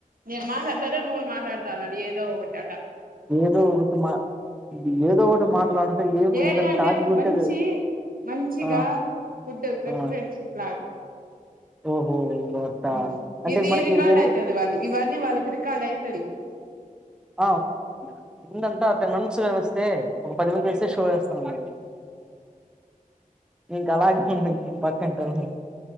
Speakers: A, on the right (about 75°); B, in the centre.
A: నేను మాట్లాడతా అంటే నువ్వు మాట్లాడతా అన్నడి ఏదో ఒకటి అట్ట
B: ఏదో ఒకటి మా ఏదో ఒకటి మాట్లాడితే ఏం
A: ఏడి
B: ఏదైనా
A: అంటే
B: టాపిక్ ఉంటేదే
A: మంచి మంచిగా
B: ఆ
A: గుడ్ గుడ్
B: ఆ.
A: ఫ్రెండ్షిప్
B: ఓహో. అట్టా
A: ఉమ్
B: అంటే
A: ఇది
B: మనకి
A: రికార్డ్
B: వేరే
A: అయితది వాళ్ళు ఇవన్నీ వాళ్ళకి రికార్డ్ అయితాది
B: ఆ ముందు అంతా తనమన్స్ కనిపిస్తే ఒక పది మంది వస్తే షో వేస్తా అన్నారు ఇంకా అలాగే ఉంది పక్కింటి వాళ్ళకి